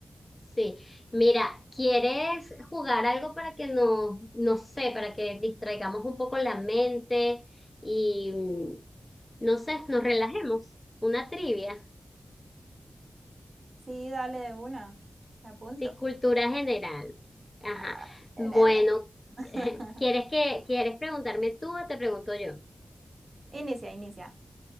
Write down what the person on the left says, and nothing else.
Sí, mira, ¿quieres jugar algo para que nos, no sé, para que distraigamos un poco la mente y, mm, no sé, nos relajemos? Una trivia,
sí, cultura general. Ajá.
Bueno,
<laughs> ¿quieres que, quieres preguntarme tú o te pregunto yo?